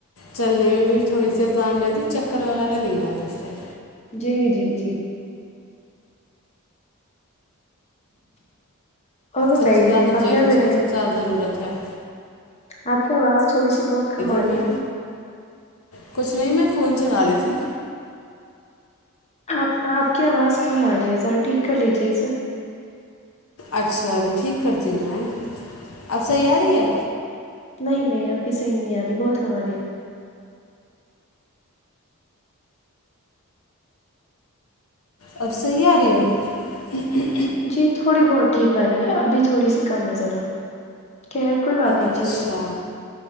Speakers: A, on the left; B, on the left.
A: چلنے میں بھی تھوڑی سی آسان رہتی چکر وغیرہ نہیں آتے اس سے
B: جی جی جی اور بتائیے
A: سب سے زیادہ
B: آپ
A: جینٹس
B: کیا کر
A: کو
B: رہی ہیں
A: سب سے زیادہ ضرورت اٹھ
B: آپ کی آواز تھوڑی سی بہت کم آ
A: میں
B: رہی ہے
A: کچھ نہیں میں فون چلا رہی تھی
B: آپ آپ کی آواز کم آ رہی ہے ذرا ٹھیک کر لیجے اسے
A: اچھا ابھی ٹھیک کرتی ہوں میں اب صحیح آ رہی ہے
B: نہیں نہیں اب بھی صحیح نہیں آ رہی بہت کما دیا
A: اب سیح رہ ہے
B: جی تھوڑی بہت ٹھیک آ رہی ہے ابھی تھوڑی سی کم ہے ذرا خیر کوئی بات نہیں
A: اچھا
B: چلیے